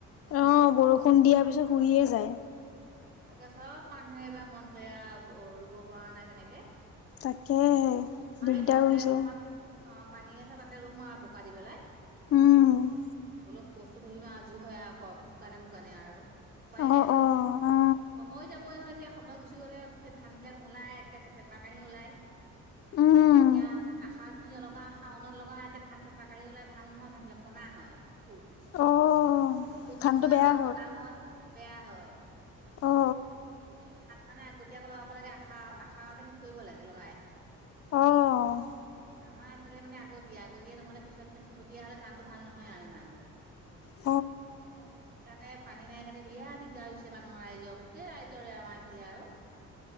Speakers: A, on the left; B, on the right.
A: অ' বৰষুণ দিয়াৰ পিছত শুহিয়ে
B: অ
A: যায়।
B: তাকে চব মানুহে এবাৰ মন বেয়া ৰুব পৰা নাই তেনেকে
A: তাকেহে
B: আমাই
A: দিগদাৰ
B: দহতে
A: হৈছে
B: অকমান অ', পানী আছে তাতে ৰুম আৰু বোকা দি পেলাই।
A: উম,
B: অলপ কষ্ট ধৰিমা আৰু যি হয় আক শুকানে মুুকানে আৰু উপায়
A: অ
B: নাই।
A: অ অ
B: সময়ো যাবই নহয় এতিয়া সময় গুচি গ'লে ত পিছত ধান বিলাক নোলাই একে পেপা কাঁহি ওলায়।
A: উম
B: এতিয়া আশাৰ যদি নলগা শাওনত লগা একে ধান পাকি ওলাই ভাল নহয় ধান বিলাক কনা হয়। হয়।
A: অ',
B: পতো
A: ধানটো
B: ধোৱা
A: বেয়া
B: হয় কটা হয় বেয়া হয়।
A: অ
B: সেইতি ধান মানে আগতীয়াকৈ লগাব লাগে আশা আশাৰতে শেষ কৰিব লাগে লগাই।
A: অ অ',
B: আমাৰ এইফালে মানে আগতীয়া আগতীয়া নহলে পিছত পে শেহতীয়া হলে ধানটো ভাল নহয় আৰু ইমান।
A: হয়।
B: কাৰণে পানী নাই কাৰণে বিৰা দিগদাৰ হৈছে মানুহৰ ৰাইজৰ। গোটেই ৰাইজৰে আমাই ফেলে আৰু।